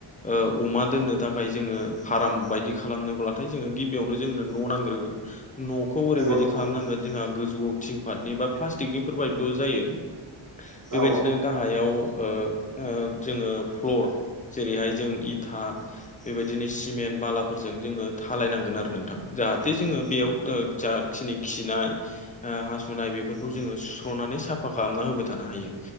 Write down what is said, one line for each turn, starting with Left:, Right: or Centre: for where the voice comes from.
Left: ओ अमा दोननो थाखाय जोङो फार्म बायदि खालामनोब्लाथाय जोङो गिबिआवनो जोंनो न' नांग्रोगोन न' न'खौ ओरैबादि
Right: नंगौ नंगौ
Left: खालामनांगोन जोंहा गोजौआव थिंफाटनि बा प्लास्टिकनिफोर बायबो जायो बेबायदिनो
Right: औ
Left: गाहायाव ओ जोङो फ्ल'र जेरैहाय जों इथा बेबायदिनो सिमेन्ट बालाफोरजों जोङो डहालायनांगोन आरो नोंथां जाहाथे जोङो बेयाव ओ जा खिनि खिनाय ओ हासुनाय बेफोरखौ जोङो सुस्र'नानै साफा खालामना होबाय थानो हायो